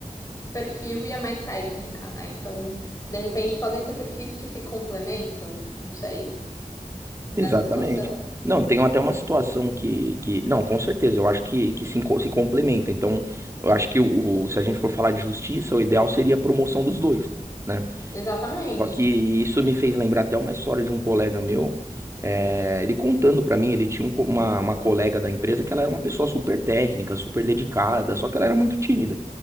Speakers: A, on the left; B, on the right.
A: perfil e é mais técnica, né? Então, de repente, podem ser perfis que se complementam, não sei, nessa
B: Exatamente.
A: situação.
B: Não, tem até uma situação que, que... Não, com certeza, eu acho que, que se, enco- se complementa. Então, eu acho que o, o- se a gente for falar de justiça, o ideal seria a promoção dos dois, né?
A: Exatamente.
B: Só que isso me fez lembrar até uma história de um colega meu. eh, ele contando pra mim, ele tinha um co- uma, uma colega da empresa que ela era uma pessoa super técnica, super dedicada, só que ela era muito tímida.